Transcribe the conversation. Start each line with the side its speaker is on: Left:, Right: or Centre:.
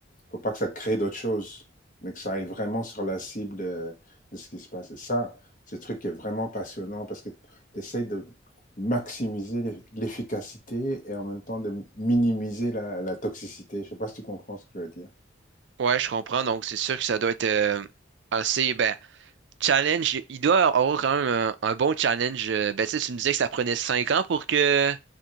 Left: faut pas que ça crée d'autres choses, mais que ça aille vraiment sur la cible de, de ce qui se passe. Et ça, c'est un truc qui est vraiment passionnant parce que tu essayes de maximiser l'efficacité et en même temps de minimiser la, la toxicité. Je ne sais pas si tu comprends ce que je veux dire.
Right: Ouais, je comprends. Donc, c'est sûr que ça doit être euh, assez, ben, challenge. Il doit avoir quand même un, un bon challenge. Euh, Ben, tu sais, tu me disais que ça prenait cinq ans pour que